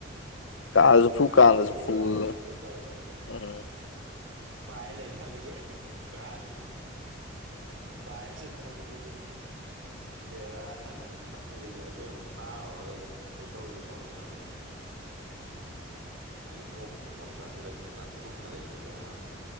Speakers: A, on the right; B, on the left.
A: ꯎꯝ
B: ꯀꯥꯔꯁꯨ ꯐꯨ
A: ꯀꯜꯂꯦ
B: ꯀꯥꯟꯗꯁꯨ
A: ꯐꯨ
B: ꯐꯨꯗꯅ
A: ꯀꯟꯗꯦ ꯐꯨ ꯇꯧꯔꯤꯖꯦ
B: ꯎꯝ
A: ꯄꯥꯏ ꯂꯩꯇꯥꯅꯤ ꯑꯩꯈꯣꯏ ꯀꯜ ꯄꯥꯏꯔ ꯆꯠꯇꯥꯝꯅꯤ ꯑꯩꯈꯣꯏ ꯕꯦꯔꯥꯅꯤ ꯇꯧꯔꯤꯁꯦ ꯑꯁꯦꯡꯕ ꯇꯥꯔꯨꯔꯒꯀꯣ ꯈꯣꯏꯗꯧꯁꯦ ꯁꯥꯎꯅꯤꯡꯉꯛꯑꯦꯕ ꯗꯤ ꯑꯣꯛꯀꯨꯝꯕ ꯑꯃ ꯆꯥꯁꯤꯜꯂꯒꯦ ꯒ꯭ꯌꯥꯟ ꯇꯥꯅ ꯇꯨꯝꯃ ꯂꯩꯇꯔꯗꯤ ꯌꯥꯔꯔꯣꯏ